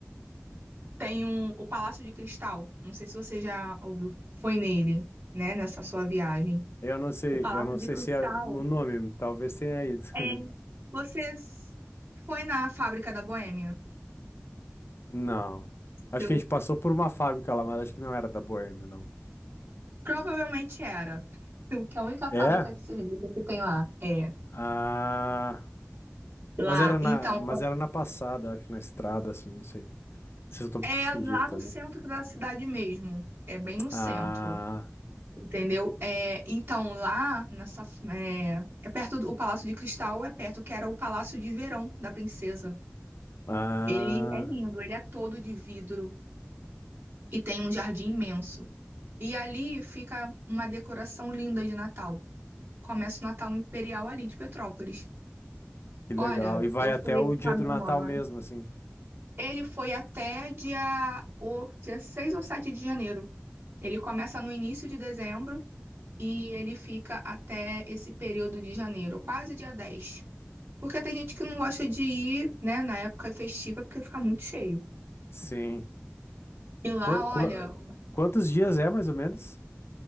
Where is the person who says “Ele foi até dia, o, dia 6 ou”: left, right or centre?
Right